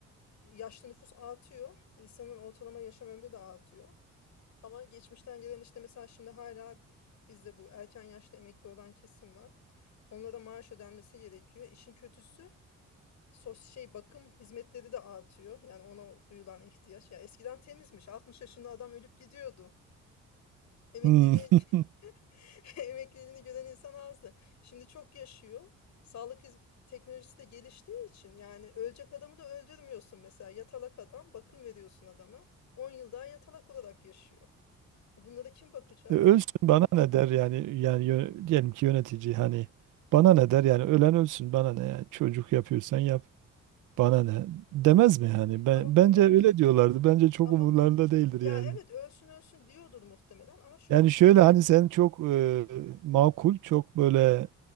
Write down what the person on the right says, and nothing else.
Hmm. <laughs>
E, Ölsün bana ne der yani yani yö- diyelim ki yönetici hani bana ne der yani ölen ölsün bana ne yani çocuk yapıyorsan yap bana ne demez mi yani ben
bence öyle diyorlardı bence çok
umurlarında değildir
yani
yani şöyle
hani sen çok e, makul çok böyle